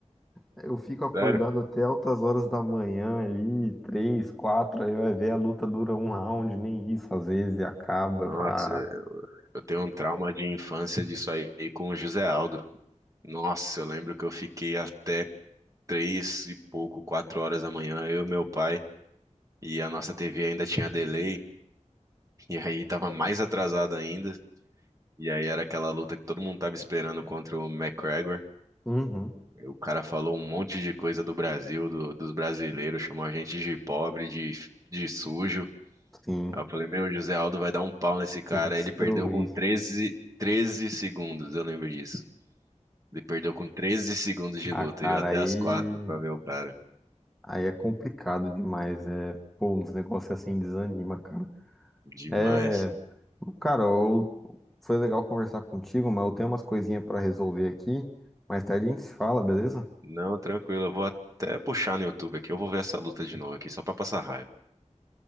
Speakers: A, in the centre; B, on the right (about 25°).
A: eu fico acordado
B: Sério?
A: até altas horas da manhã ali, três, quatro, aí vai ver a luta dura um round, nem isso às vezes, e acaba. Eu
B: Nossa,
A: falo, ah,
B: eu tenho um trauma de infância disso aí com o José Aldo. Nossa, eu lembro que eu fiquei até três e pouco, quatro horas da manhã, eu e meu pai, e a nossa TV ainda tinha delay, e aí tava mais atrasada ainda. E aí era aquela luta que todo mundo tava esperando contra o McGregor.
A: uhum,
B: E O cara falou um monte de coisa do Brasil, do- dos brasileiros, chamou a gente de pobre, de, de sujo.
A: sim,
B: Aí eu falei, meu, o José Aldo vai dar um pau nesse cara.
A: tem que destruir.
B: Aí ele perdeu com treze, 13 segundos, eu lembro disso. Ele perdeu com 13 segundos de
A: Ah,
B: luta,
A: cara,
B: e eu até
A: aí
B: as quatro pra ver o cara.
A: Aí é complicado demais, é, pô, uns negócios assim desanima, cara.
B: Demais.
A: É, cara, eu- foi legal conversar contigo, mas eu tenho umas coisinhas pra resolver aqui. Mais tarde a gente se fala, beleza?
B: Não, tranquilo, eu vou até puxar no YouTube aqui, eu vou ver essa luta de novo aqui, só pra passar raiva.